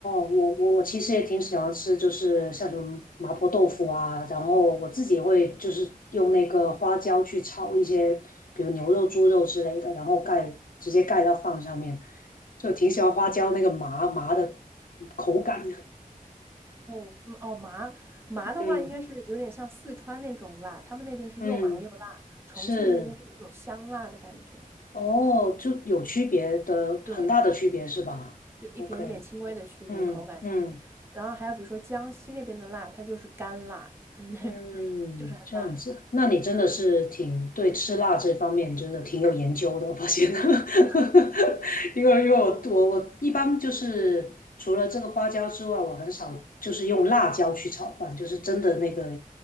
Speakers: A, on the left (about 70°); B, on the right (about 15°).
A: 我我我其实也挺喜欢吃，就是像什么麻婆豆腐啊，然后我自己也会就是用那个花椒去炒一些，比如牛肉、猪肉之类的，然后盖直接盖到饭上面，就挺喜欢花椒那个麻麻的口感。
B: 对，嗯哦，麻麻的话，
A: <laughs> 嗯
B: 应该是有点像四川那种辣，他们那边是又麻又辣，
A: 嗯。
B: 重庆那边是那种香辣的感觉。
A: 是哦，就有区别的，
B: 对，
A: 很大的区别是吧？OK，
B: 就一点点轻微的区别，
A: 嗯嗯。
B: 口感上面。然后还有比如说江西那边的辣，它就是干辣，就是那，
A: 嗯，
B: <laughs> 就是很辣很辣。
A: 这样子，那你真的是挺对吃辣这方面真的挺有研究的，我发现，<laughs>
B: <laughs>
A: 因为因为我我我一般就是除了这个花椒之外，
B: 对，
A: 我很少就是用辣椒去炒饭，就是真的那个